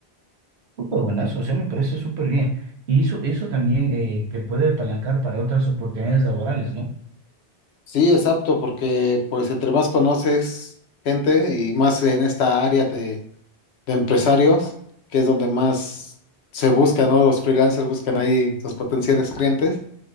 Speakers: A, on the right; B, on the left.
A: Súper buenazo, o sea, me parece súper bien. Y eso, eso también eh, te puede apalancar para otras oportunidades laborales, ¿no?
B: Sí, es apto porque pues entre más conoces gente y más en esta área de, de empresarios, que es donde más se buscan, ¿no? Los freelancers buscan ahí los potenciales clientes.